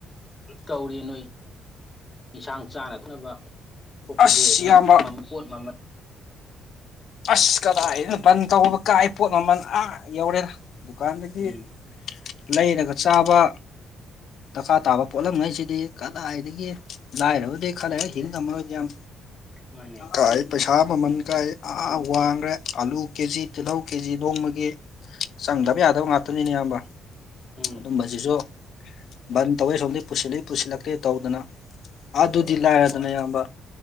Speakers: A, on the left; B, on the left.
A: ꯇꯧꯔꯤ ꯅꯣꯏ ꯏꯟꯁꯥꯡ ꯆꯥꯅ ꯊꯛꯅꯕ ꯈꯣꯠꯄꯗꯤ
B: ꯑꯁ
A: ꯑꯗꯨꯝ
B: ꯏꯌꯥꯝꯕ
A: ꯄꯣꯠ ꯃꯃ
B: ꯑꯁ ꯀꯗꯥꯏꯣ ꯕꯟ ꯇꯧꯕꯕ ꯀꯥꯏ ꯄꯣꯠ ꯃꯃꯜ ꯑꯥ ꯌꯧꯔꯦꯅ ꯗꯨꯀꯥꯟꯗꯒꯤ
A: ꯎꯝ
B: ꯂꯩꯔꯒ ꯆꯥꯕ ꯗꯔꯀꯥꯔ ꯇꯥꯕ ꯄꯣꯠꯂꯝꯉꯩꯁꯤꯗꯤ ꯀꯗꯥꯏꯗꯒꯤ ꯂꯥꯏꯔꯕꯗꯤ ꯈꯜꯔꯂꯦ ꯍꯤꯜ ꯉꯝꯃꯔꯣꯏꯗꯤ ꯌꯥꯝ
A: ꯃꯥꯅꯦ
B: ꯀꯥꯏ ꯄꯩꯁꯥ ꯃꯃꯟ ꯀꯥꯏ ꯑꯥ ꯋꯥꯡꯈ꯭ꯔꯦ ꯑꯂꯨ ꯀꯦꯖꯤ ꯇꯤꯜꯍꯧ ꯀꯦꯖꯤ ꯅꯣꯡꯃꯒꯤ ꯁꯪꯗꯕꯤ ꯌꯥꯗꯕ ꯉꯥꯛꯇꯅꯤꯅꯤꯕ
A: ꯎꯝ
B: ꯑꯗꯨꯝꯕꯁꯤꯁꯨ ꯕꯟ ꯇꯧꯋꯦ ꯁꯨꯝꯗꯤ ꯄꯨꯁꯤꯜꯂꯤ ꯄꯨꯁꯤꯜꯂꯛꯇꯦ ꯇꯧꯗꯅ ꯑꯗꯨꯗꯤ ꯂꯗꯅ
A: ꯍꯣꯏ
B: ꯌꯥꯝꯕ